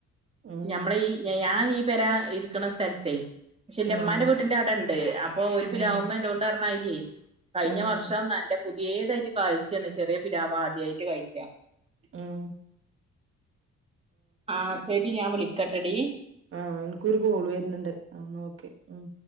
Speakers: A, on the right; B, on the right.
A: ഉം
B: ഞമ്മള് ഈ ഞാൻ ഈ പെരാ ഇരിക്കുന്ന സ്ഥലത്തേ പക്ഷെ എന്റെ
A: ആഹ്
B: ഇമ്മാന്റെ വീട്ടിന്റെ അടെ ഉണ്ട് അപ്പൊ ഒരു
A: ഉം
B: പിലാവുമ്മ ഇത്കൊണ്ട് പറഞ്ഞാമാതിരി കഴിഞ്ഞ
A: ഉം
B: വർഷം നല്ല പുതിയതായിട്ട് കഴിച്ചാണ് ചെറിയ പിലാവ് ആദ്യായിട്ട് കഴിച്ചാ
A: ഉം
B: ആഹ് ശരി ഞാൻ വിളിക്കട്ടടി
A: ആഹ് എനിക്കൊരു കോൾ വരുന്നുണ്ട് ആഹ് ഒക്കെ ഉം